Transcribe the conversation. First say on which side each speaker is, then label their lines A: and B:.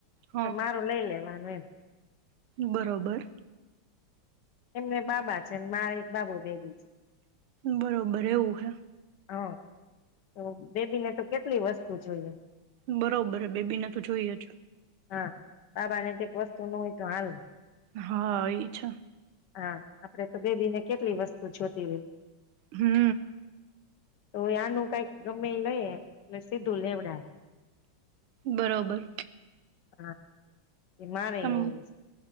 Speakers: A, on the right (about 85°); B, on the left (about 65°).
A: હા
B: તો, મારું લઈ લેવાનું હમ
A: બરોબર.
B: એમને બાબા છે ને, મારે એક બાબો બેબી છે
A: બરોબર એવું હે.
B: અ. તો બેબી ને તો કેટલી વસ્ તો જોઈએ
A: બરોબર બેબી ના તો જોઈએ જ.
B: હા બાબાને કઇંક વસ્તુ ન હોય તો હાલે.
A: હા ઇ છે
B: હા આપડે તો બેબીને કેટલી વસ્તુ જોતી હોય
A: હુ
B: તો આનું કઈક ગમે લઈએ એટલે સીધું લેવડાવે
A: બરોબર.
B: હા. એ મારે
A: તમ
B: લેવું